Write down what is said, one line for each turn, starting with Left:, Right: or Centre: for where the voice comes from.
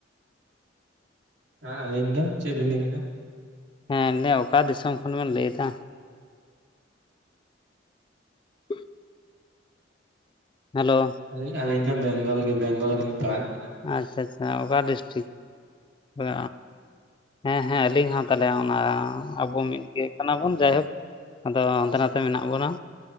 Right: ᱦᱟᱸ ᱟᱹᱞᱤᱧ ᱫᱚ ᱪᱮᱜ ᱵᱤᱱ ᱞᱟᱹᱭ ᱠᱮᱫᱟ᱾
Left: ᱦᱮᱸ ᱞᱟᱹᱭ ᱫᱟᱹ ᱚᱠᱟ ᱫᱤᱥᱚᱢ ᱠᱷᱚᱱ ᱵᱮᱱ ᱞᱟᱹᱭ ᱫᱟ᱾ <inaudible> ᱦᱮᱞᱳ᱾
Right: ᱟᱞᱤ ᱟᱞᱤᱧ ᱦᱚᱸ ᱵᱮᱝᱜᱚᱞ ᱜᱮ ᱵᱮᱝᱜᱚᱞ ᱜᱮᱞᱤᱧ ᱯᱟᱲᱟᱜ ᱠᱟᱱᱟ᱾
Left: ᱟᱪᱼᱪᱷᱟ ᱟᱪᱷᱟ ᱚᱠᱟ ᱰᱤᱥᱴᱤᱠ᱾ ᱵᱟᱻ ᱦᱮᱸ ᱦᱮᱸ ᱟᱹᱞᱤᱧ ᱦᱚᱸ ᱛᱟᱦᱞᱮ ᱚᱱᱟ ᱟᱵᱚ ᱢᱤᱫᱜᱮ ᱠᱟᱱᱟ ᱵᱚᱱ ᱡᱟᱭᱦᱳᱠ᱾ ᱟᱫᱚ ᱦᱟᱱᱛᱮ
Right: ᱟᱪᱪᱷᱟ
Left: ᱱᱟᱛᱮ ᱢᱮᱱᱟᱜ ᱵᱚᱱᱟ